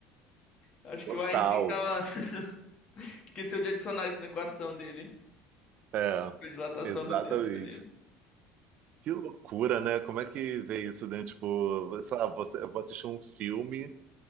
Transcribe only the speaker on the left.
Acho
que o Einstein tava. <laughs> Esqueceu de adicionar isso na equação dele.
A dilatação
do tempo ali.